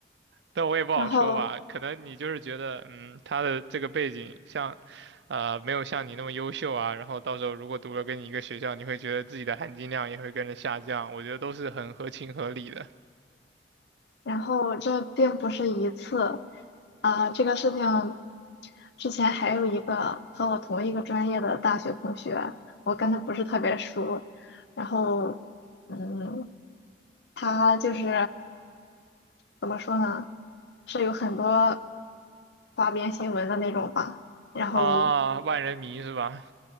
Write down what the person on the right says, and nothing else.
但我也不好说吧。
可能你就是觉得，嗯，他的这个背景像，呃，没有像你那么优秀啊。然后到时候如果读了跟你一个学校，你会觉得自己的含金量也会跟着下降。我觉得都是很合情合理的
啊。万人迷是吧？